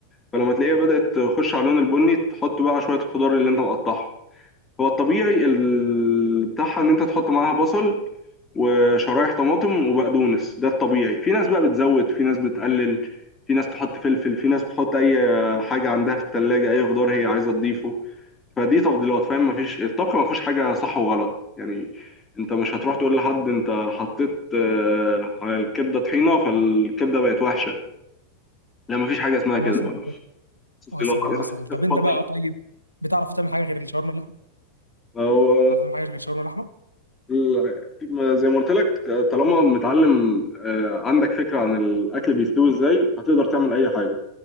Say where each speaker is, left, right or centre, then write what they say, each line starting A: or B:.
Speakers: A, on the left (about 20°); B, on the left (about 85°).
A: فلما تلاقيها بدأت تخش على لون البني تحط بقى شوية الخضار اللي انت مقطعها هو الطبيعي ال- بتاعها ان انت تحط معاها بصل وشرايح طماطم وبقدونس ده الطبيعي في ناس بقى بتزود في ناس بتقلل في ناس تحط فلفل في ناس بتحط اي حاجه عندها في التلاجة اي خضار هي عايزه تضيفه فدي تفضيلات فاهم مفيش الطبخ ما فيهوش حاجه صح وغلط يعني انت مش هتروح تقول لحد انت حطيت آه، على الكبده طحينه فالكبده بقت وحشه لا مفيش حاجه اسمها
B: وصلت
A: كده تفضيلات
B: وصلت وصلت
A: انت
B: طب
A: بتفضل
B: انت بقى طيب بتعرف تعمل حاجه غير الشاورما اللحمه
A: أو
B: بتعرف تعمل حاجه غير الشاورما اللحمه
A: ال- ما- زي ما قلت لك آه، طالما متعلم آه، عندك فكرة عن الأكل بيستوي إزاي هتقدر تعمل أي حاجة